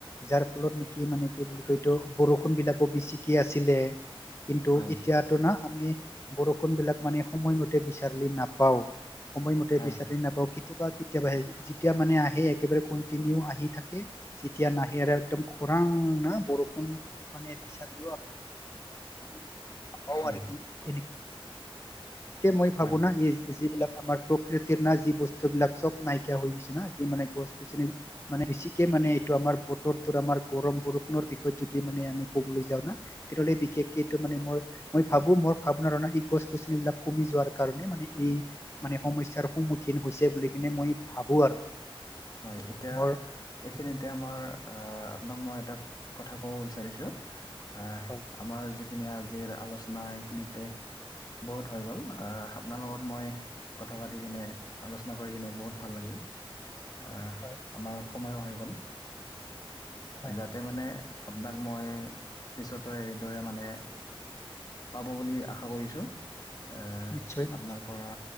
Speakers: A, on the left (about 30°); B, on the left (about 45°).
A: যাৰ ফলত নেকি মানে কি বুলি কয় এটো- বৰষুণ বিলাকো বেচিকে আছিলে। কিন্তু
B: হয়
A: এতিয়াতো না আমি বৰষুণ বিলাক মানে সময়মতে বিচাৰিলে নাপাওঁ। সময়মতে
B: হয়
A: বিচাৰি নাপাওঁ কেতিয়াবা কেতিয়াবা আহে যেতিয়া মানে আহে একেবাৰে কন্টিনিউ আহি থাকে। যেতিয়া নাহে আৰু একদম খৰাং না বৰষুণ মানে বিচাৰলেও আৰু <unintelligible>
B: হয়
A: কি এনে কে মই ভাবো
B: হয়
A: না এই যিবিলাক আমাৰ প্ৰকৃতিৰ না যি বস্তুবিলাক চব নাইকিয়া হৈ গৈছে না' যি মানে গছ-গছনি মানে বেছিকে মানে এইটো আমাৰ বতৰটোৰ আমাৰ গৰম বৰষুণৰ বিষয়ত যদি মানে আমি ক'বলৈ যাওঁ না তেতিয়াহ'লে বিশেষকে এইটো মানে মোৰ, ম ভাবো মই ভাবনাৰনা এই গছ-গছনিবলাক কমি যোৱাৰ কাৰণে মানে এই মানে সমস্যাৰ সন্মুখীন হৈছে বুলি কিনে মই ভাবো আৰু।
B: হয়, এতিয়া
A: মোৰ
B: এইখিনিতে আমাৰ আহ আপোনাক মই এটা কথা ক'ব বিচাৰিছোঁ আহ
A: হয়
B: আমাৰ যিখিনি আজিৰ আলোচনা এইখিনিতে বহুত হৈ গ'ল, আহ আপোনাৰ লগত মই কথা পাতি কিনে আলোচনা কৰি কিনে বহুত ভাল লাগিল। আহ
A: হয়
B: আমাৰ সময়ো হৈ গ'ল,
A: হয়
B: যাতে মানে আপোনাক মই পিছতো এইদৰে মানে পাব বুলি আশা কৰিছো, এহ
A: নিশ্চয় নিশ্চয়
B: আপোনাৰ পৰা